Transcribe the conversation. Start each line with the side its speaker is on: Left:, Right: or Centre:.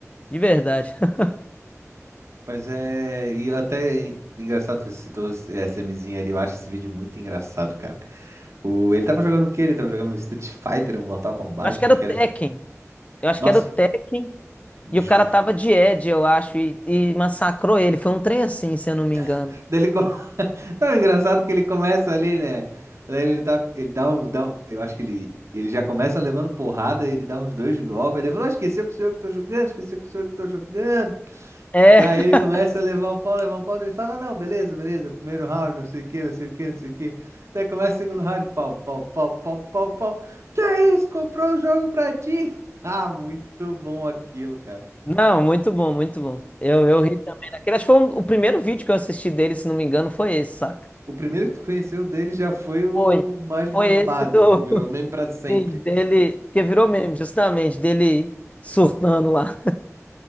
Left: de verdade. <laughs>
Right: Pois é, e até engraçado, que você citou essa MZinha ali, eu acho esse vídeo muito engraçado, cara. O, ele tava jogando o quê? Ele tava jogando um Street Fighter, um Mortal Kombat,
Left: Acho que
Right: o que
Left: era
Right: que
Left: o
Right: era?
Left: Tekken. Eu acho
Right: Nossa!
Left: que era o Tekken
Right: ju-
Left: e o cara tava de Ed, eu acho, e, e massacrou ele. Foi um trem assim, se eu não me engano.
Right: <laughs> Daí ele, co- <laughs> não, é engraçado que ele começa ali, né? Daí ele, tá, ele dá um, dá um- Eu acho que ele, ele já começa levando porrada, ele dá uns dois golpes, aí ele falou, ah, esqueceu que sou eu que tô jogando, esqueceu que sou eu que tô jogando.
Left: É,
Right: Daí
Left: <laughs>
Right: ele começa a levar um pau, levar um pau, daí ele fala, não, beleza, beleza, primeiro round, não sei o que, não sei o que, não sei o que. Daí começa o segundo round, pau, pau, pau, pau, pau, pau. Que é isso? Comprou o jogo pra ti? <laughs> Ah, muito bom aquilo, cara.
Left: não, muito bom, muito bom. Eu, eu ri também daquele. Acho que foi um- o primeiro vídeo que eu assisti dele, se não me engano, foi esse, saca?
Right: O primeiro que tu conheceu dele já foi o
Left: Foi.
Right: mais bombado,
Left: Foi esse do.
Right: que virou
Left: <laughs>
Right: meme pra sempre.
Left: Sim, dele. Que virou meme, justamente, dele surtando lá.